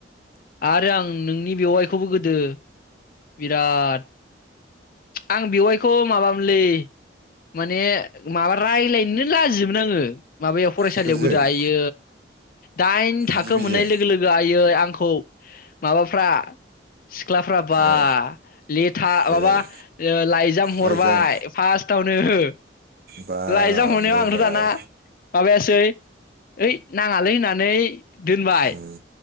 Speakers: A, on the left; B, on the right.
A: आरो आं नोंनि बेवाइखौबो गोदो बिराद, आं बेवायखौ माबा मोनलै, माने माबा रायलायनो नो लाजियोमोन आङो। माबायाव फरायसालियाव
B: सोरजों
A: गोदो आइै दाइन थाखो
B: गिबिजों
A: मोननाय लोगो लोगो आयै आंख औ माबाफ्रा, सिख्ला बा
B: ए
A: लेथा
B: बिराद
A: माबा ओ लाइजाम हरबाय
B: लाइजाम
A: फास थावनो हो
B: बाबरे
A: लाइजाम हरनायाव आंथ
B: बाब
A: दाना माबायासै ओइ नाङालै होननानै दोनबाय
B: उम